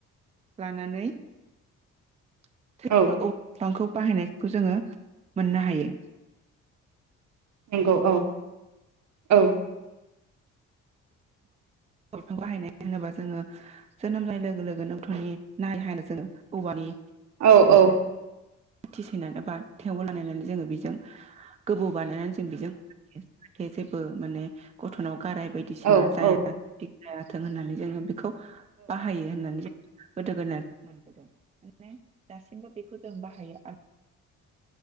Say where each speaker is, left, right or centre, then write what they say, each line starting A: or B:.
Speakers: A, on the right (about 20°); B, on the right (about 65°).
A: लानानै <inaudible>
B: औ
A: बाहायनायखौ जोङो मोननो हायो
B: नंगौ औ औ
A: बिफां बाहायनाय होनोबा जोङो जोनोम जानाय लोगो लोगो गथनि नारि हानो जोङो औवानि
B: औ औ
A: खाथि सैनानै बा थेवल लानायनानै जोङो बेजों गोबौ बानायनानै जों बेजों थे जेबो माने गथ'नाव गाराय बायदिसिना
B: नंगौ
A: जाया। बे गाथों होननानै जोङो बि खौ बाहायो होननानै जो गोदो गोनाय मोनबोदों माने दासिमबो बेखौ जों बाहायो आर